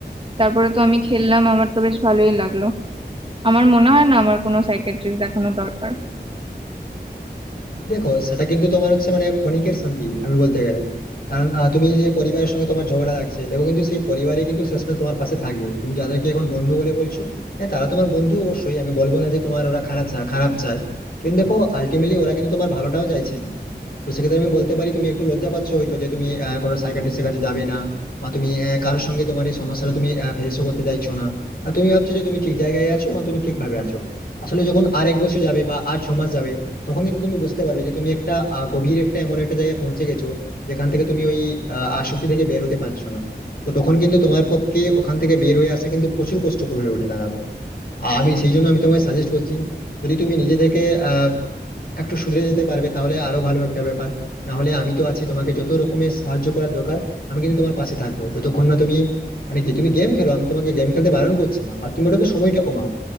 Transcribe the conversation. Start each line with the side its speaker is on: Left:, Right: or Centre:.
Right: তারপরে তো আমি খেললাম আমার তো বেশ ভালোই লাগলো আমার মনে হয় না আমার কোনো সাইকিয়াট্রিস্ট দেখানো দরকার
Left: দেখো সেটা কিন্তু তোমার হচ্ছে মানে ক্ষণিকের শান্তি আমি বলতে গেলে কারণ আহ, তুমি যে পরিবারের সঙ্গে তোমার ঝগড়া লাগছে দেখো কিন্তু সেই পরিবারে কিন্তু শেষমেশ তোমার পাশে থাকবে তুমি যাদেরকে এখন বন্ধু বলে বলছো হ্যাঁ তারা তোমার বন্ধু অবশ্যই আমি বলবো না যে তোমার ওরা খারাপ চায় খারাপ চায় কিন্তু দেখো আলটিমেটলি ওরা কিন্তু তোমার ভালোটাও চাইছে না তো সেক্ষেত্রে আমি বলতে পারি তুমি একটু লজ্জা পাচ্ছ হয়তো যে তুমি আহ, কোনো সাইকিয়াট্রিস্টের কাছে যাবে না বা তুমি আহ, কারোর সঙ্গে তোমার এই সমস্যাটা তুমি ফেসও করতে চাইছো না আর তুমি ভাবছো যে তুমি ঠিক জায়গায় আছো এবং তুমি ঠিকভাবে আছো আসলে যখন আর এক বছর যাবে বা আর ছ মাস যাবে তখন কিন্তু তুমি বুঝতে পারবে যে তুমি একটা আহ, গভীর একটা এমন একটা জায়গায় পৌঁছে গেছো যেখান থেকে তুমি ওই আহ, আসক্তি থেকে বের হতে পারছো না তো তখন কিন্তু তোমার পক্ষে ওখান থেকে বের হয়ে আসা কিন্তু প্রচুর কষ্টকর হয়ে উঠে দাঁড়াবে আর আমি সেই জন্য আমি তোমায় সাজেস্ট করছি যদি তুমি নিজে থেকে আহ একটু সুধরে যেতে পারবে তাহলে আরো ভালো একটা ব্যাপার না হলে আমি তো আছি তোমাকে যত রকমের সাহায্য করার দরকার আমি কিন্তু তোমার পাশে থাকবো যতক্ষণ না তুমি মানে কি তুমি গেম খেলো আমি তোমাকে গেম খেলতে বারণ করছি না আর তুমি ওটাকে সময়টা কমাও